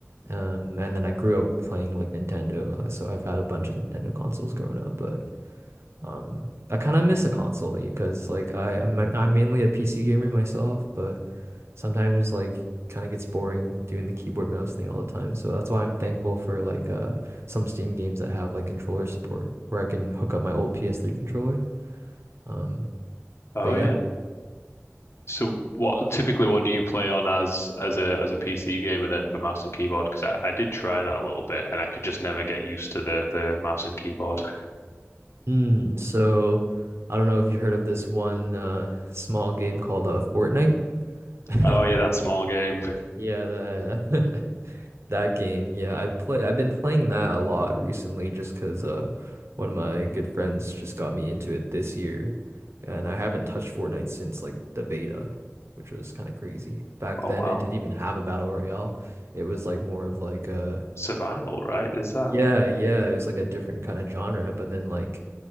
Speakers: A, on the right (about 65°); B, on the left (about 65°).
A: um, and then I grew up playing like Nintendo, uh, so I've had a bunch of Nintendo consoles growing up. But um, I kind of miss a console because like I I'm, I'm mainly a PC gamer myself, but sometimes like kind of gets boring doing the keyboard mouse thing all the time. So that's why I'm thankful for like uh some Steam games that have like controller support where I can hook up my old PS3 controller. Um,
B: Oh
A: but yeah.
B: yeah. So what typically what do you play on as as a as a PC gamer then for mouse and keyboard? Because I, I did try that a little bit and I could just never get used to the the mouse and keyboard. <laughs>
A: Mm, so I don't know if you heard of this one uh small game called uh Fortnite. <laughs>
B: Oh yeah, that small game.
A: Yeah, that <laughs> That game, yeah, I play. I've been playing that a lot recently, just because uh, one of my good friends just got me into it this year, and I haven't touched Fortnite since like the beta, which was kind of crazy. Back
B: Oh
A: then,
B: wow.
A: it didn't even have a battle royale. It was like more of like a
B: Survival, right? Is that?
A: yeah, yeah. It was like a different kind of genre. But then like